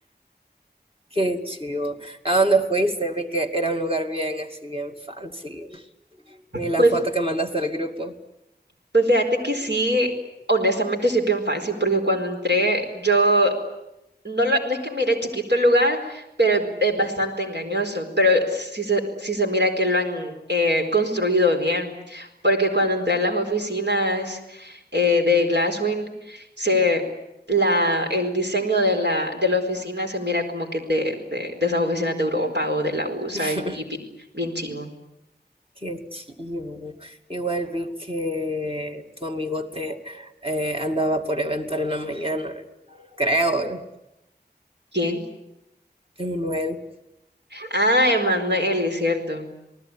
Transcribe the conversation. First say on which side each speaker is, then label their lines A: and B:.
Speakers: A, on the right (about 30°); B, on the right (about 85°).
A: Qué chido. ¿A dónde fuiste? Vi que era un lugar bien, así bien fancy. Vi la
B: Pues,
A: foto que mandaste al grupo.
B: pues fíjate que sí, honestamente sí es bien fácil porque cuando entré yo no, lo- no es que mire chiquito el lugar, pero es, es bastante engañoso, pero sí se, sí se mira que lo han eh, construido bien, porque cuando entré a las oficinas eh, de Glasswing, se, la, el diseño de la, de la oficina se mira como que de, de, de esas oficinas de Europa o de la USA
A: <laughs>
B: y bi- bien chivo.
A: Qué chivo. Igual vi que tu amigote eh, andaba por eventar en la mañana, creo,
B: ¿Quién?
A: Emanuel.
B: Ah, Emanuel, es cierto.